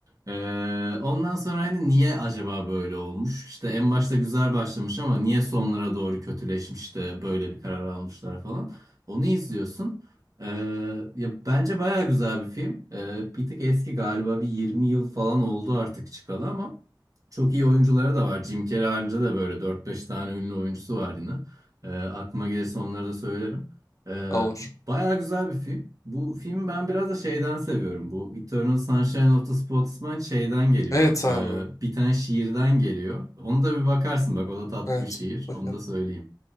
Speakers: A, on the right; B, on the left.
A: Ee, ondan sonra hani niye acaba böyle olmuş? İşte en başta güzel başlamış ama niye sonlara doğru kötüleşmiş de böyle bir karar almışlar falan. Onu izliyorsun. Ee, ya bence baya güzel bir film. Ee, bir tık eski galiba bir 20 yıl falan oldu artık çıkalı ama çok iyi oyuncuları da var. Jim Carrey haricinde de böyle dört beş tane ünlü oyuncusu var yine. Ee, aklıma gelirse onları da söylerim. Ee,
B: Olur.
A: baya güzel bir film. Bu filmi ben biraz da şeyden seviyorum. Bu Eternal Sunshine of the Spotless Mind şeyden geliyor.
B: Evet
A: Ee,
B: abi.
A: bir tane şiirden geliyor. Onu da bir bakarsın bak o da tatlı
B: Evet.
A: bir şiir.
B: Bakın.
A: Onu da söyleyeyim.